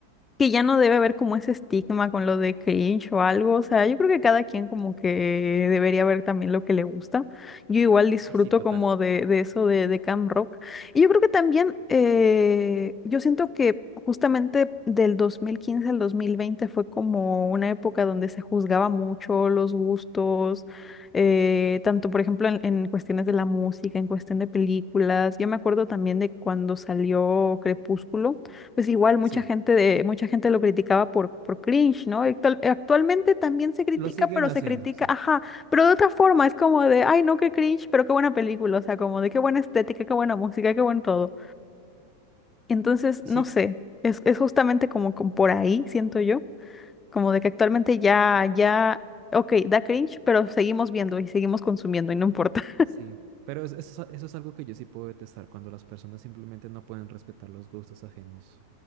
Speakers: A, on the left; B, on the right.
A: que ya no debe haber como ese estigma con lo de cringe o algo, o sea, yo creo que cada quien como que debería ver también lo que le gusta. Yo igual disfruto
B: Ay, sí, total.
A: como de, de eso de, de Camp Rock. Y yo creo que también, eh, yo siento que justamente del 2015 al 2020 fue como una época donde se juzgaba mucho los gustos, eh, tanto por ejemplo en, en cuestiones de la música, en cuestión de películas. Yo me acuerdo también de cuando salió Crepúsculo pues igual mucha
B: Sí.
A: gente de, mucha gente lo criticaba por, por cringe, ¿no? Actual- actualmente también se critica,
B: Lo siguen
A: pero
B: haciendo,
A: se critica,
B: sí.
A: ajá, pero de otra forma, es como de, ay, no, qué cringe, pero qué buena película, o sea, como de qué buena estética, qué buena música, qué buen todo. Entonces,
B: Sí,
A: no sé, es, es justamente como, como por ahí, siento yo, como de que actualmente ya, ya, ok, da cringe, pero seguimos viendo y seguimos consumiendo y no importa. <laughs>
B: sí. Pero es- eso, es eso es algo que yo sí puedo detestar, cuando las personas simplemente no pueden respetar los gustos ajenos.